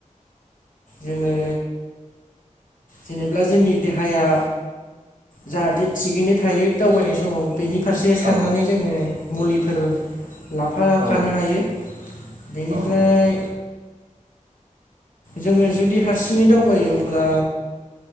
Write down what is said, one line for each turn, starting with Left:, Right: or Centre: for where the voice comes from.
Left: जोङो जेनेब्ला जोंनि देहाया जाहाथे थिगैनो थायो दावबायनाय समाव। बेनि फारसे साननानै
Right: औ
Left: जोङो मुलिफोर लाफाखानो
Right: औ
Left: हायो। बेनिफ्राय
Right: औ
Left: जोङो जुदि हारसिङै दावबायो। अब्ला